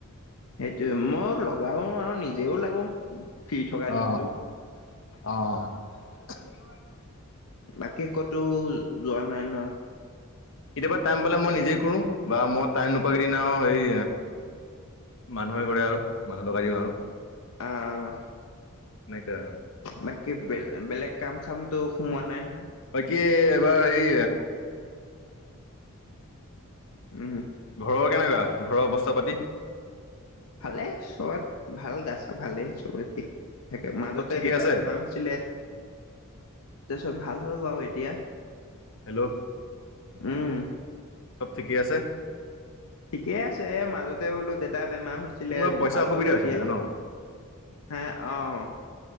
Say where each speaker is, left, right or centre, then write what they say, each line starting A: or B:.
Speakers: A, on the left; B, on the left.
A: সেইটোয়ে ময়ো লগাও আৰু নিজেও লাগো ফি থকা
B: অ
A: দিনটোত
B: অ <unintelligible>
A: বাকী ক'তো যোৱা নাই ন
B: কেতিয়াবা টাইম পালে মই নিজেই কৰো বা মই টাইম নোপোৱা কিদিন আৰু হেৰি মানুহে কৰে আৰু মানুহ লগাই দিওঁ আৰু
A: অ',
B: এনেকে আউ
A: বাকী বে বেলেগ কাম চামটো সোমোৱা নাই নহয়।
B: বাকি এবাৰ এই
A: উম
B: ঘৰৰ কেনেকা ঘৰৰ অৱস্থা পাতি
A: ভালে চবত ভাল গাছা ভালেই চবে ঠিক। থাকে মাজতে
B: চব ঠিকেই
A: দেতা
B: আছে
A: বেমাৰ হৈছিলে এতিয়া চব ভাল। হ'ল বাৰু এতিয়া।
B: হেল্ল'
A: উম
B: চব ঠিকেই আছে?
A: ঠিকে আছে এহ মাজতে বোলো দেতা বেমাৰ হৈছিলে
B: মোৰ অলপ পইচা
A: ভাল
B: অসুবিধা
A: হ'ল
B: হৈছিলে
A: এতিয়া
B: জান
A: হে অ',